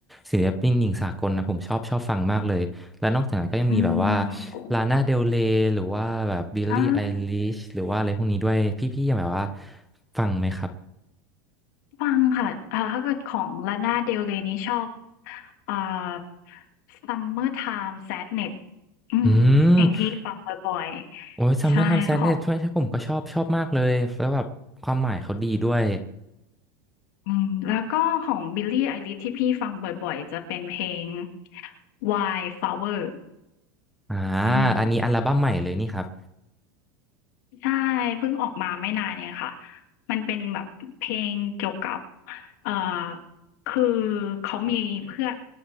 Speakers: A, in the centre; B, on the left (about 65°).
A: ศิลปินหญิงสากลนะผมชอบชอบฟังมากเลยและนอกจากนั้นก็ยังมีแบบว่า
B: อืม
A: ลานาเดลเรยหรือว่าแบบบิลลี่ไอลิชหรือว่าอะไรพวกนี้ด้วยพี่ๆยังแบบว่า
B: อ่า
A: ฟังไหมครับ
B: ฟังค่ะอ่าถ้าเกิดของลาน่าเดลเรย์นี่ชอบอ่า Summertime Sadness อืมเพลงที่ฟังบ่อยๆ
A: อืมโอ้ยซัมเมอร์ไทม์แซดเนสใช่ผมก็ชอบชอบมากเลยแล้วแบบความหมายเขาดีด้วย
B: ใช่ของอืมแล้วก็ของ Billie Eilish ที่พี่ฟังบ่อยๆ จะเป็นเพลง Wildflower
A: อ่า
B: อืม
A: อันนี้อัลบั้มใหม่เลยนี่ครับ
B: ใช่เพิ่งออกมาไม่นานเนี่ยค่ะมันเป็นแบบเพลงเกี่ยวกับเอ่อคือเขามีเพื่อน